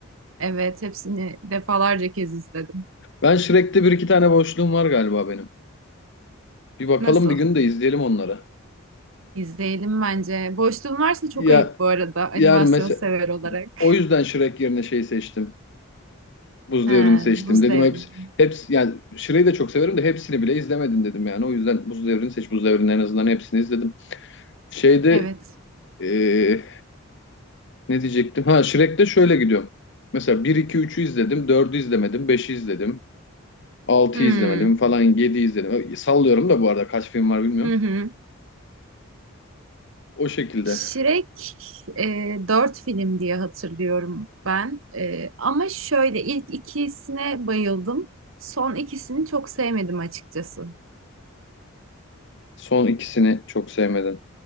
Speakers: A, on the right (about 70°); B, on the left (about 60°).
A: Evet, hepsini defalarca kez izledim.
B: Ben Shrek'te bir iki tane boşluğum var galiba benim. Bir bakalım
A: Nasıl?
B: bir gün de izleyelim onları.
A: İzleyelim bence. Boşluğun varsa çok
B: Ya
A: ayıp bu arada
B: yani
A: animasyon
B: mesela
A: sever olarak.
B: o
A: <laughs>
B: yüzden Shrek yerine şey seçtim. Buz
A: He,
B: Devri'ni seçtim.
A: Buz
B: Dedim
A: Devrimi.
B: hepsi, hepsi yani Şire'yi de çok severim de hepsini bile izlemedin dedim yani. O yüzden Buz Devri'ni seç. Buz Devri'nin en azından hepsini izledim. Şeyde
A: Evet.
B: eee, ne diyecektim? Ha Shrek'te şöyle gidiyorum. Mesela bir 2 üçü izledim. dördü izlemedim. beşi izledim. 6'yı
A: Hmm.
B: izlemedim falan. 7'yi izledim. Sallıyorum da bu arada kaç film var bilmiyorum.
A: Hı hı.
B: O şekilde.
A: Shrek e, 4 film diye hatırlıyorum ben. E, ama şöyle ilk ikisine bayıldım. Son ikisini çok sevmedim açıkçası.
B: Son ikisini çok sevmedim.